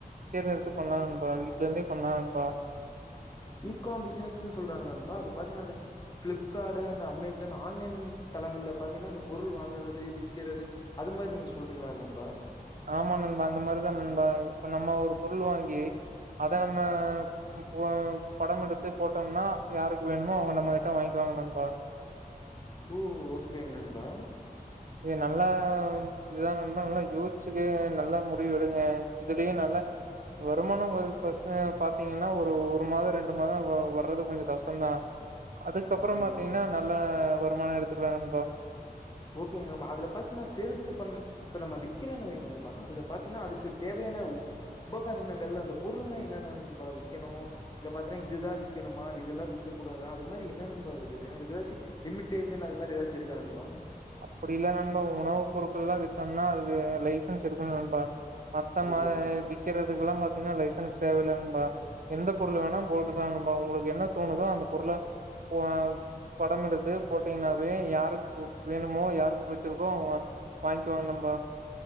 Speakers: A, on the right; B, on the left.
A: தேர்ந்தெடுத்து பண்லா நண்பா வீட்ல இருந்தே பண்லா நண்பா
B: ஈ காம் பிசினஸுன் சொல்றாங்ள நண்பா அது பாத்தீன்னா அந்த பிளிப்கார்டு அந்த அமேசான் ஆன்லைன் தளங்கள்ள பாத்தீன்னா அந்த பொருள் வாங்குறது விக்கிறது அது மாரி நீங்க சொல்றீங்ளா நண்பா
A: ஆமா நண்பா அந்த மாரிதா நண்பா இப்ப நம்ம ஒரு பொருள் வாங்கி அத நம்ம போ படம் எடுத்து போட்டோம்ன்னா யார்க்கு வேணுமோ அவுங்க நம்மகிட்ட வாங்கிக்குவாங்க நண்பா
B: ஓ ஓகேங்க நண்பா
A: இது நல்லா இதுதா நண்பா நல்லா யோசிச்சுட்டு நல்ல முடிவு எடுங்க இதுலயு நல்ல வருமானம் அ பிரச்சன பாத்தீங்கன்னா ஒரு ஒரு மாதோ ரெண்டு மாதோ வ வரது கொஞ்சோ கஷ்டந்தா அதுக்கப்றோம்
B: ஓகேங்க.
A: பாத்தீங்கன்னா நல்ல வருமானோ எடுத்துக்கலா நண்பா
B: ஓகேங்க நண்பா அதுல பாத்னா சேல்ஸ் பண் இப்ப நம்ம விக்கிறனவே நண்பா அதுல பாத்தீன்னா அதுக்கு தேவையான ஊ உபகரணங்கள் அந்த பொருள்ளா என்னென்ன நண்பா விக்கணு இல பாத்தீன்னா இதுதா விக்கணுமா இதெல்லா விக்க கூடாதா அது மாரி என்ன நண்பா இருக்குது அதுக்கு ஏதாச்சு லிமிட்டேஷன் அத மாரி ஏதாச்சு இருக்கா நண்பா
A: அப்படி இல்ல நண்பா உணவு பொருட்கள்லா வித்தம்னா அதுக்கு லைசன்ஸ் எடுக்கணு நண்பா மத்த
B: ஓகே
A: மா விக்கிறதுக்குல்லா பாத்தீன்னா லைசன்ஸ் தேவ இல்ல நண்பா எந்த பொருள் வேணா போட்டுக்லா நண்பா உங்ளுக் என்ன தோணுதோ அந்த பொருள போ படம் எடுத்து போட்டிங்னாவே யாருக் போ வேணுமோ யாருக் பிடிச்சிருக்கோ அவுங்க வாங்க்வாங்க நண்பா